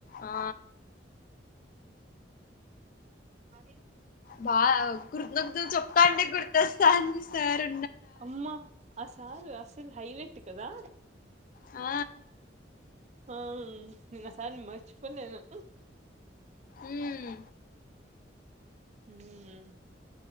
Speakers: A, on the left; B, on the right.
A: ఆ
B: అరి
A: బా గుర్దుదును చెప్తాంటే గుర్తస్తాంది సారు
B: అమ్మా ఆ సాలు అసలు హైలైట్ కదా
A: ఆ
B: ఆ నిన్ ఆ సార్ని మర్చుపోలేను
A: ఉమ్
B: హ్మ్